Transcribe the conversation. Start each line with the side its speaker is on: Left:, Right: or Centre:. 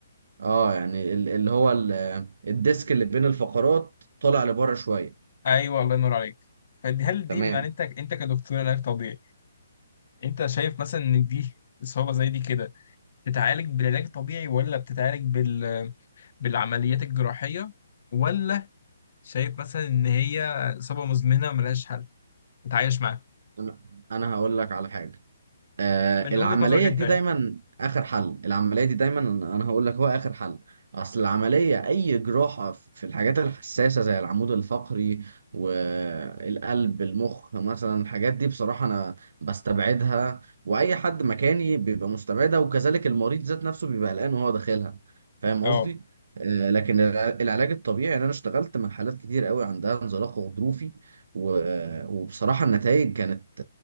Right: اه يعني ال- اللي هو ال- الديسك اللي بين الفقرات طالع لبره شوية
Left: ايوه الله ينور عليك فدي هل دي
Right: تمام
Left: يعني انت انت كدكتور علاج طبيعي انت شايف مثلا ان دي اصابه زي دي كده بتتعالج بالعلاج الطبيعي ولا بتتعالج بال بالعمليات الجراحيه ولا شايف مثلا ان هي اصابه مزمنه ملهاش حل تتعايش معاها
Right: انا أنا هقول لك على حاجه آه
Left: من
Right: العمليه
Left: وجهه نظرك انت
Right: دي
Left: يعني
Right: دايما اخر حل العمليه دي دايما انا هقول لك هو اخر حل اصل العمليه اي جراحه ف- في الحاجات الحساسه زي العمود الفقري والقلب المخ مثلا الحاجات دي بصراحه انا بستبعدها واي حد مكاني بيبقى مستبعدها وكذلك المريض ذات نفسه بيبقى قلقان وهو داخلها فاهم
Left: اه
Right: قصدي آه، لكن الع- العلاج الطبيعي يعني انا اشتغلت مع حالات كتير قوي عندها انزلاق غضروفي و- وبصراحه النتائج كانت